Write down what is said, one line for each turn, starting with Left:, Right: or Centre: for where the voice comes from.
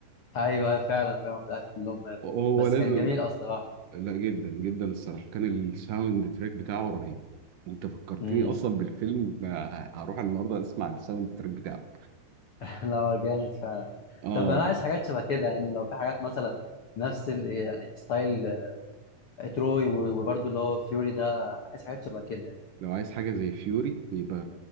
Left: ايوه أيوة، فعلا فعلا في الاخر كلهم ماتوا
Right: هو
Left: بس
Right: لازم
Left: كان جميل اه الصراحه
Right: لا جدا جدا الصراحه كان الساوند تراك بتاعه رهيب وانت فكرتني
Left: مم.
Right: اصلا بالفيلم آه، هروح النهارده اسمع الساوند تراك بتاعه
Left: لا هو جامد فعلا
Right: اه
Left: طب انا عايز حاجات شبه كده يعني لو في حاجات مثلا نفس ال... يعني ستايل تروي و- وبرضه اللي هو فيوري ده عايز حاجات شبه كده يعني
Right: لو عايز حاجه زي فيوري يبقى